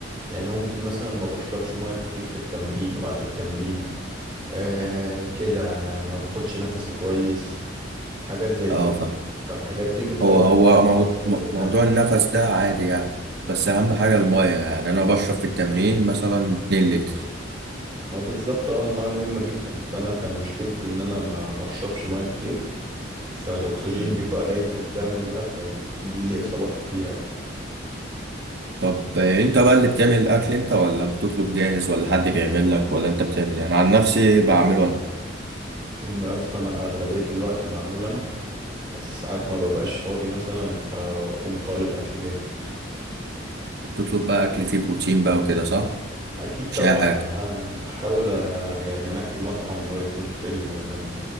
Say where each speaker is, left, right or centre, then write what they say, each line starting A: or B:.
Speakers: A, on the right; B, on the right.
A: يعني ممكن مثلا ما بشربش ميه كتير في التمرين وقت التمرين آه كده ما باخدش نفسي كويس حاجات زي
B: اه
A: كده
B: فاهم
A: فالحاجات دي بتقلل
B: هو هو
A: الأكسجين
B: مو-
A: اللي
B: مو-
A: في الدم
B: موضوع النفس ده عادي يعني بس اهم حاجة المية يعني انا بشرب في التمرين مثلا 2 لتر
A: ما هو بالظبط اه المية مهمة جدا فأنا كان مشكلتي إن أنا ما بشربش مية كتير فالأكسجين
B: مم.
A: بيبقى قليل في الدم بقى فيجيلي إصابات كتيرة بقى
B: طب انت بقى اللي بتعمل الاكل انت ولا بتطلب جاهز ولا حد بيعمل لك ولا انت بتعمل يعني عن نفسي بعمله انا
A: بس أنا أغلبية الوقت بعمله أنا بس ساعات ما ببقاش فاضي مثلا فأقوم طالب أكل جاهز
B: بتطلب بقى اكل فيه بروتين بقى وكده صح
A: اكيد
B: مش
A: طبعا
B: اي حاجة
A: لأ، أه بحاول أه يعني انقي مطعم اللي هو يكون حلو مثلا